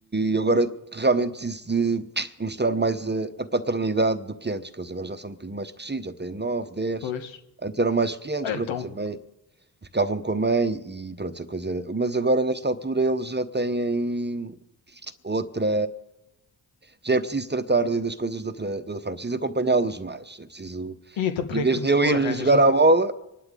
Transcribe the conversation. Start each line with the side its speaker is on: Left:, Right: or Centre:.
Right: eu agora realmente preciso de mostrar mais a, a paternidade do que antes, que eles agora já são um bocadinho mais crescidos, já têm nove dez
Left: pois.
Right: antes eram mais pequenos,
Left: Ah,
Right: pronto,
Left: Então,
Right: também ficavam com a mãe e pronto, essa coisa era. Mas agora nesta altura eles já têm outra. Já é preciso tratar de- das coisas de outra, de outra forma, é preciso acompanhá-los mais, é preciso.
Left: e então porquê
Right: Em vez
Left: é que
Right: de
Left: tu
Right: eu
Left: não
Right: ir
Left: arranjas
Right: jogar
Left: um.
Right: à bola,